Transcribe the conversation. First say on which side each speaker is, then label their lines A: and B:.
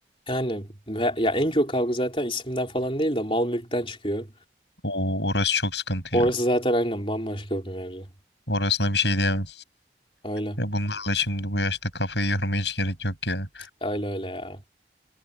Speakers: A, on the left; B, on the left.
A: Yani ve- ya en çok kavga zaten isimden falan değil de mal mülkten çıkıyor.
B: Oo orası çok sıkıntı
A: Orası
B: ya.
A: zaten aynen bambaşka bir mevzu.
B: Orasına bir şey diyemem.
A: Öyle.
B: Ya bunlarla şimdi bu yaşta kafayı yormaya hiç gerek yok ya.
A: Öyle öyle ya.